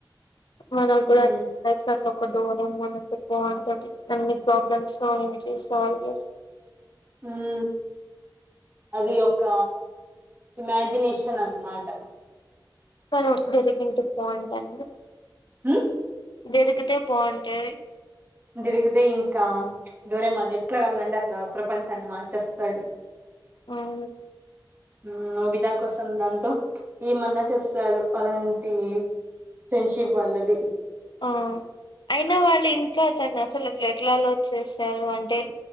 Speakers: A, on the left; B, on the right.
A: మనక్ కూడా
B: ఉమ్
A: <unintelligible> ఒక దూరం మనంటె బాగుంటది అన్ని ప్రాబ్లమ్స్ సాల్వ్ చేస్ <unintelligible>
B: ఉమ్ అది ఒక ఇమాజినేషన్ అనమాట్
A: తను దొరికింటె బాన్టాండ
B: ఉమ్
A: దొరికితే బావుంటది
B: జరిగితే ఇంకా ఉచ్ డోరెమాన్ ఎట్లా కాలంటే అట్లా ప్రపంచం తను మార్చేస్తాడు
A: అవును
B: ఉమ్ నోబితా కోసం దాంతో ఉచ్ ఎమన్నా చస్తాడు వాళన్ తీ ఫ్రెండ్షిప్ వలది
A: ఆ అయినా వాళ్ళ ఇంట్లో అతన్ని అసలు అట్లా ఎట్లా అల్లో చేసారు అంటే